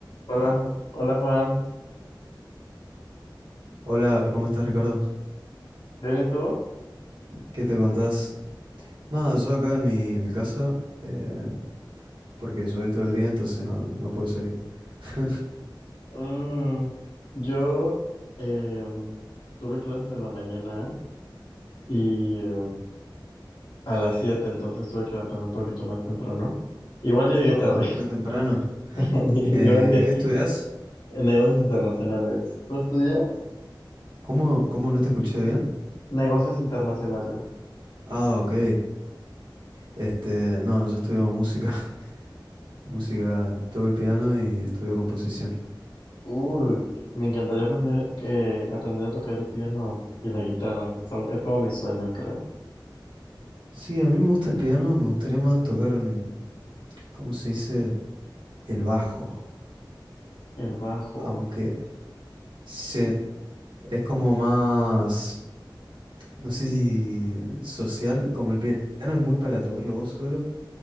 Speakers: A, on the left; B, on the right.
A: Hola,
B: Ay,
A: Ju- hola Juan,
B: Hola, ¿cómo estás, Ricardo?
A: ¿bien y tú?
B: ¿Qué te contás? Nada, yo acá en mi, en mi casa, eh, porque llovió todo el día, entonces no, no pude salir. <laughs>
A: Mm, yo em, tuve clases en la mañana y em, a las 7, entonces tuve que levantarme un poquito más temprano. Igual llegué
B: Ah,
A: tarde,
B: re temprano.
A: <laughs>
B: Eh,
A: igual llegué-
B: ¿qué estudias?
A: en negocios internacionales. ¿Tú estudias?
B: ¿Cómo, cómo no te escuché bien?
A: Negocios internacionales.
B: Ah, ok. Este, no, yo estudio música. <laughs> Música, toco el piano y estudio composición.
A: Uy, me encantaría aprender, que, aprender a tocar el piano y la guitarra. Son, es como mi sueño, creo.
B: Sí, a mí me gusta el piano, me gustaría más tocar, mm, ¿cómo se dice? el bajo,
A: El bajo.
B: aunque se, es como más, no sé si social, como el piano es muy para tocarlo vos solo